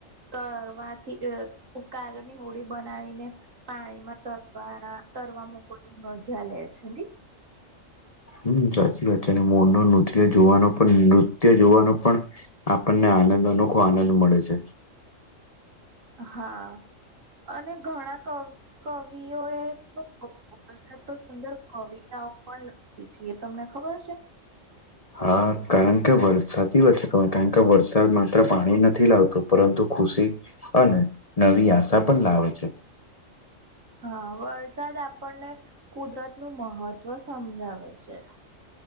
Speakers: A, on the right (about 75°); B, on the left (about 30°).
A: તરવાથી કાગળની હોડી બનાવીને. પાણીમાં તરવાના તરવા મૂકવાની મજા લે છે ને.
B: હમ સાચી વાત છે અને મોરનો નૃત્ય જોવાનો પણ નૃત્ય જોવાનું પણ. આપણને આનંદ અનોખો આનંદ મળે છે.
A: હા અને ઘણા કવ. કવિઓ એ તો વરસાદ પણ સુંદર કવિતાઓ પણ લખી. એથી એ તમને ખબર હશે.
B: હા કારણ કે વરસાદની કારણ કે વરસાદ માત્ર પાણી નથી લાવતું પરંતુ ખુશી. અને નવી આશા પણ લાવે છે.
A: હા વરસાદ આપણને કુદરતનું મહત્વ સમજાવે છે.